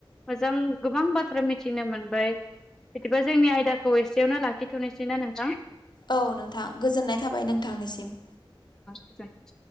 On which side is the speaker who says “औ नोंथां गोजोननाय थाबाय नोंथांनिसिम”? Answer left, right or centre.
Left